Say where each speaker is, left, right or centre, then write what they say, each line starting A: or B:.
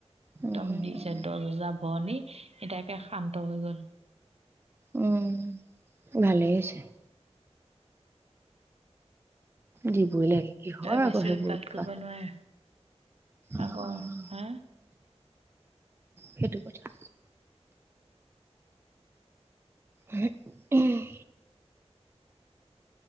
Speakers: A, on the right; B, on the right.
A: একদম
B: উম
A: দিছে দহ হেজাৰ ভৰণী। এটাকে শান্ত হৈ গ'ল।
B: উমঁ ভালেই আছে। দিবই লাগে। কিহৰ
A: তই বেছি
B: আকৌ সেইবোৰ উৎপাত
A: কৰিব নোৱাৰে
B: অঁ
A: আকৌ
B: অঁ।
A: হা
B: সেইটো কথা। হেত ওম।